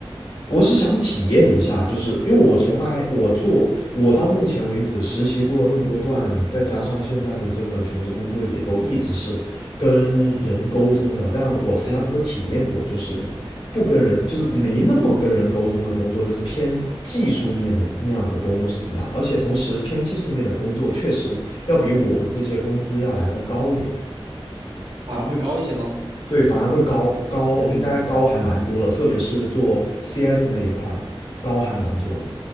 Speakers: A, on the left; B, on the right.
A: 我是想体验一下，就是因为我从来我做我到目前为止实习过这么多段，再加上现在的这个全职工作也都一直是跟人沟通的，但我从来没有体验过，
B: 嗯，
A: 就是不跟人，就是没那么跟人沟通的工作，就是偏技术面的那样子工作是怎么样。而且同时偏技术面的工作确实要比我们这些工资要来的高一点。
B: 反而会高一些吗？
A: 对，反而会高高，
B: 嗯，
A: 应该高还蛮多了，特别是做 CS 那一块儿的，高还蛮多的。